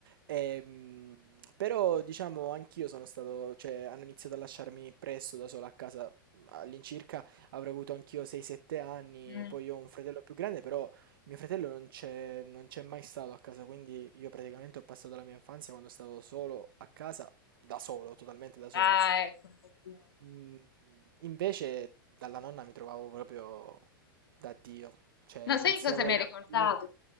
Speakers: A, on the right; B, on the left.
A: Ehm, però diciamo anch'io sono stato, cioè hanno iniziato a lasciarmi presto da solo a casa, all'incirca avrò avuto anch'io 6-7 anni,
B: Mm.
A: poi ho un fratello più grande, però mio fratello non c'è non c'è mai stato a casa, quindi io praticamente ho passato la mia infanzia quando stavo solo a casa, da solo, totalmente da solo.
B: Ah, ecco, un po' più.
A: Mm, Invece dalla nonna mi trovavo proprio da Dio, cioè
B: No,
A: iniziavo
B: sai che cosa mi
A: la
B: ha ricordato?
A: mattina,